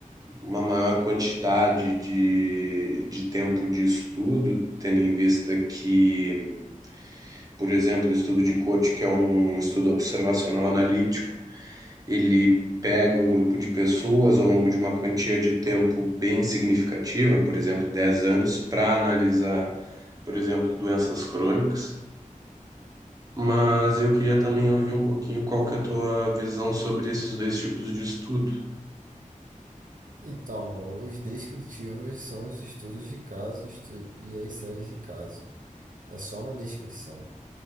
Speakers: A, on the right; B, on the right.
A: uma maior quantidade de, de tempo de estudo, tendo em vista que, por exemplo, o estudo de Coach, que é um estudo observacional analítico, ele pega um grupo de pessoas ao longo de uma quantia de tempo bem significativa, por exemplo, 10 anos, para analisar, por exemplo, doenças crônicas. Mas eu queria também ouvir um pouquinho qual que é a tua visão sobre esses dois tipos de estudo.
B: Então, os descritivos são os estudos de caso estu- e as séries de caso. É só uma descrição.